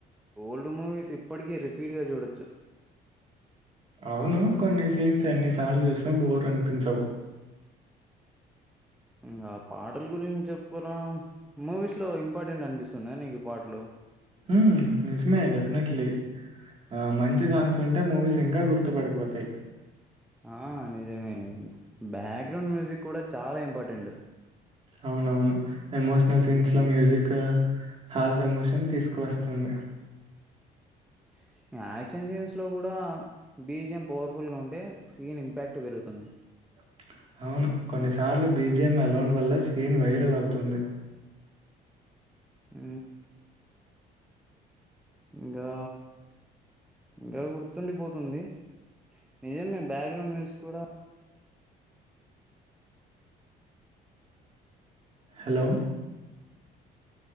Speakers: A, in the centre; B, on the right.
A: ఓల్డ్ మూవీస్ ఇప్పటికీ రిపీట్ గా చూడొచ్చు
B: అవును కొన్ని సీన్స్ ఎన్ని సార్లు చూసినా బోర్ అనిపించవు
A: ఇంగ ఆ పాట్ పాటల గురించి చెప్పు రా మూవీస్ లో ఇంపార్టెంట్ అనిపిస్తుంద నీకు పాటలు
B: ఉ నిజమే డెఫినెట్లీ ఆ మంచి సాంగ్స్ ఉంటే మూవీస్ ఇంకా గుర్తుపడిపోతాయి
A: ఆ నిజమే బ్యాక్గ్రౌండ్ మ్యూజిక్ కూడా చాలా ఇంపార్టెంట్
B: అవునవును ఎమోషనల్ సీన్స్ లో మ్యూజిక్ హాల్స్ ఎమోషన్ తీసుకు వస్తుంది
A: <inaudible> యాక్షన్ సీన్స్ లో కూడా బీజీయం పవర్ఫుల్ గా ఉంటే సీన్ ఇంపాక్ట్ పెరుగుతుంది
B: <inaudible> అవును కొన్నిసార్లు బీజియం యలోన్ వల్ల స్క్రీన్ వైరల్ అవుతుంది
A: ఉ ఇంగా ఇంగా గుర్తుండిపోతుంది నిజమే బ్యాక్గ్రౌండ్ మ్యూజిక్ కూడా
B: హలో